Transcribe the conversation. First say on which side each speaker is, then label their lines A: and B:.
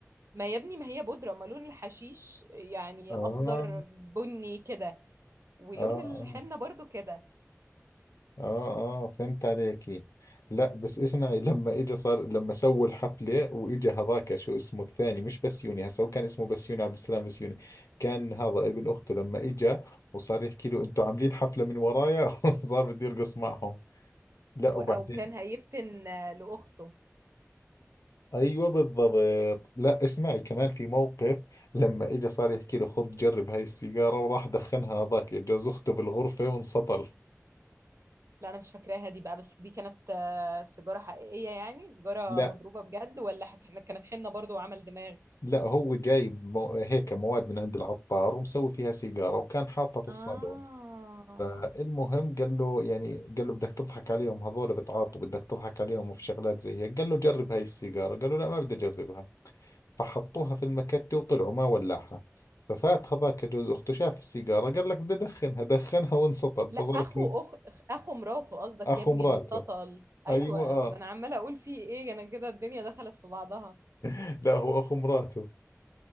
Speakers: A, on the right (about 60°); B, on the left (about 80°).
A: ما يا ابني ما هي بودره ما لون الحشيش يعني
B: اه
A: اخضر بني كده ولون
B: اه اه
A: الحنه برضو كده
B: اه اه فهمت عليك لا بس اسمعي لما اجى صار لما سووا الحفلة واجى هذاك شو اسمه الثاني مش بسيوني هسا هو كان اسمه بسيوني عبد السلام بسيوني كان هذا ابن اخته لما اجى وصار يحكي له انتوا عاملين حفلة من ورايا <laughs> صار بده يرقص معهم لا
A: و-
B: وبعدين
A: او كان هيفتن لاخته
B: ايوه بالضبط لا اسمعي كمان في موقف لما اجى صار يحكي له خذ جرب هاي السيجارة وراح دخنها هذاك جوز اخته بالغرفة وانسطل
A: لا انا مش فاكراها دي بقى بس دي كانت آه، سيجاره حقيقيه يعني سيجاره
B: لا
A: مضروبه بجد ولا ح- كانت حنه برضو وعمل دماغ
B: لا هو جايب مو هيك مواد من عند العطار ومسوي فيها سيجارة وكان حاطها في الصالون
A: اه
B: فالمهم قال له يعني قال له بدك تضحك عليهم هذول بتعاطوا بدك تضحك عليهم في شغلات زي هيك قال له جرب هاي السيجارة قال له لا ما بدي أجربها فحطوها في المكتة وطلعوا ما ولعها ففات هذاك جوز أخته شاف السيجارة قال لك بدي أدخنها دخنها وانسطل
A: لا
B: فصار
A: اخو
B: كأنه
A: أخ... اخو مراته قصدك
B: أخو
A: يا ابني
B: مراته
A: اللي اتسطل ايوه
B: أيوة آه
A: ما انا عماله اقول فيه ايه انا كده الدنيا دخلت في بعضها
B: <laughs> لا هو أخو مراته